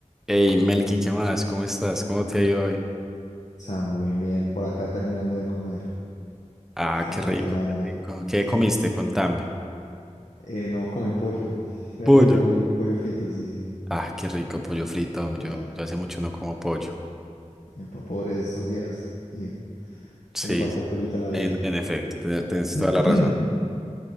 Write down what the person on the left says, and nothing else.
Está muy bien, bien. Por acá terminando de comer.
Estaba
cenando.
Sí.
Eh, no comí pollo. <laughs> Verde
comí pollo frito, sí, sí.
Pa-
eh, pa- Pobres estos días. Ir.
Hace falta el pollito en la vida.
<clears throat>